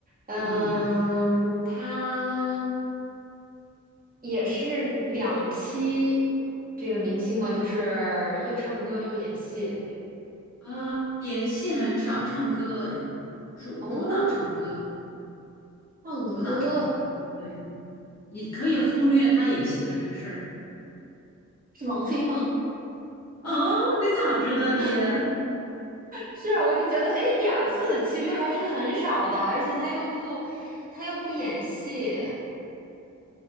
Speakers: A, on the right (about 30°); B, on the left (about 55°).
A: 嗯、
B: 嗯
A: 他也是两栖这个明星嘛，就是又唱歌又演戏。
B: 啊，演戏很少，唱歌主主打唱歌，
A: 哦，唱歌
B: 主打唱歌，对。你可以忽略他演戏的这个事儿。
A: 是王菲吗？
B: 哦，你咋知道的？
A: <laughs> 是，啊，我就觉得，哎，俩字其实还是很少的，而且他又不，他又不演戏，